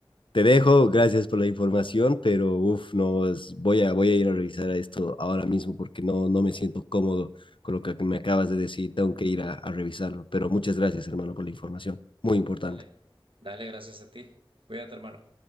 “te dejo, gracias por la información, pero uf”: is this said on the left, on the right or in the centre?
Left